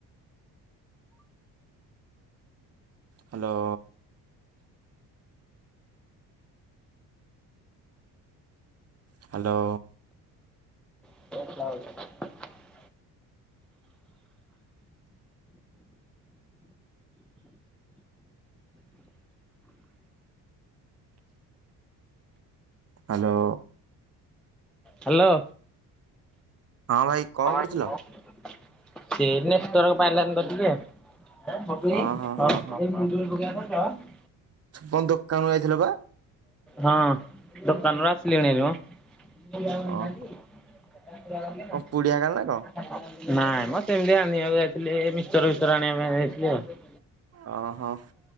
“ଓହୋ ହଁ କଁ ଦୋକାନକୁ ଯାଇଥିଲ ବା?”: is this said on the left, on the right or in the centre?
Right